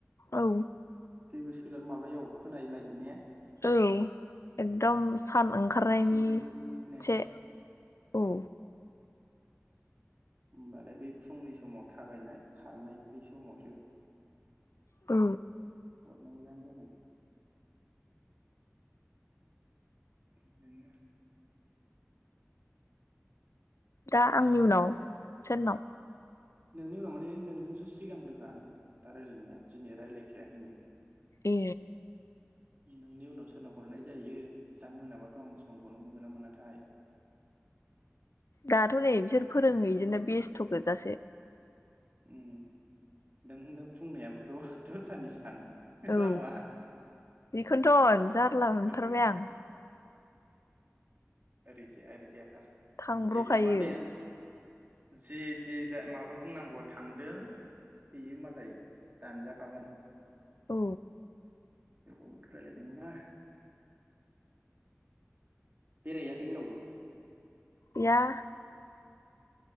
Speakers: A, on the left; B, on the right.
A: औ।
B: <unintelligible> सोल माबायाव खोनाय लायो ने?
A: औ एकदम सान ओंखारनायनिसे।
B: सिरिनो
A: औ।
B: होमबालाय बै फुंनि समाव थाबायनाय खारनाय बै समावसो।
A: औ।
B: हरनो मोजां जागोन। <unintelligible>
A: दा
B: जाथारसिगोन
A: आंनि उनाव
B: माथो
A: सोरनाव?
B: नोंनि उनाव माने नोंजोंसो सिगांग्रोखा आं दा रायलायनाया दिनै रायलायखायाखैनो।
A: ए।
B: नोंनि उनाव सोरनाव हरनाय जायो दा मोनाबाथ' आं समखौनो मोनगोन ना मोनाथाय।
A: दाथ नै बिसोर फोरोंहैजोंनो
B: ओरै
A: बेस्थ गोजासो।
B: ओं नों नों बुंनायाबोथ दरसानिसो थाङो।
A: औ
B: रावा
A: बेखौनोथ जारला मोनथारबाय
B: औ
A: आं।
B: ओरैजाया ओरैजाया।
A: थांब्र'खायो
B: जेबो नङा बे। जे-जे- जा माबा बुंनांगौआ थांदों बेयो मालाय दानजाखागोन।
A: औ।
B: होमबा बोथ रायलाय दोंना। बेरायहौयाखै जेरावबो?
A: <unintelligible>